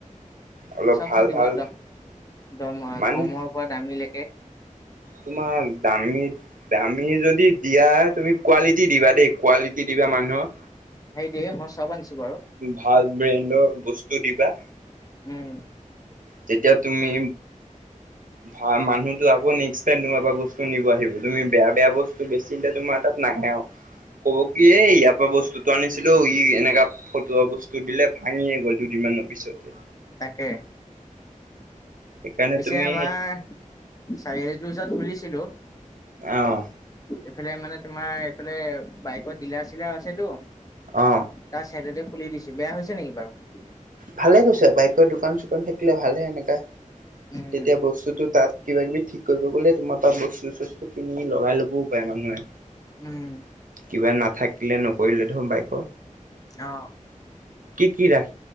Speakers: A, on the right; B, on the left.
A: অলপ
B: চব
A: ভাল
B: থাকিব
A: ভাল
B: দ দাম
A: মানে
B: কমৰ পৰা দামীলৈকে
A: তোমাৰ দামী দামী যদি দিয়া তুমি কোৱালিটি দিবা দেই কোৱালিটি দিবা মানুহক
B: সেই তোএ মোৰ চব আনিছো বাৰু
A: ভাল ব্ৰেণ্ডৰ বস্তু দিবা
B: উম
A: তেতিয়া তুমি ভাল মানুহতো আকৌ নেক্সট টাইম তোমাৰ পৰা বস্তু নিব আহিব তুমি বেয়া বেয়া বস্তু বেছিলে তোমাৰ তাত নাহে আৰু কব কি এ ইয়াৰ পৰা বস্তুটো আনিছিলো ই এনেকা ফটোৱা বস্তু দিলে ভাঙিয়ে গ'ল দুদিন মানৰ পিছতে
B: তাকে।
A: সেইকাৰণে
B: পিছে
A: তুমি
B: আমাৰ চাৰি <unintelligible> খুলিছিলো।
A: অঁ।
B: এইফালে মানে তোমাৰ এইফালে বাইকৰ ডিলাৰ চিলাৰও আছেটো।
A: অ
B: তাৰ চাইডতে খুলি দিছো। বেয়া হৈছে নেকি বাৰু?
A: ভালে কৰিছা বাইকৰ দোকান চোকান থাকিলে ভালে এনেকা।
B: উম
A: তেতিয়া বস্তুটো তাত কিবা কিবি ঠিক কৰিব গ'লে তোমাৰ পৰা বস্তু চস্তু কিনি লগাই লবও পাৰে মানুহে।
B: উম
A: কিবা নাথাকিলে নকৰিলে <unintelligible> বাইকৰ।
B: অ
A: কি কি ৰাখ